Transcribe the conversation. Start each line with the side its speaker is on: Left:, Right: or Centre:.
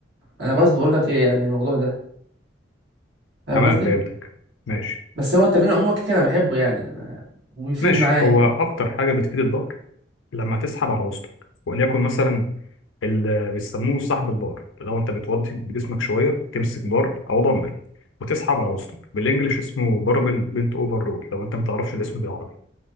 Right: انا بس بقول لك ايه يعني الموضوع ده فاهم
Left: تمام
Right: قصدي
Left: فهمتك ماشي
Right: بس هو التمرين عموما كده انا بحبه يعني انا وبيفيد
Left: ماشي
Right: معايا
Left: هو
Right: يعني
Left: اكتر حاجه بتفيد الظهر لما تسحب على وسطك وليكن مثلا اللي بيسموه سحب البار لو انت بتوضي جسمك شويه تمسك بار او دمبل وتسحب على وسطك بالانجلش اسمه باربل بنت اوفر رول لو انت ما تعرفش الاسم بالعربي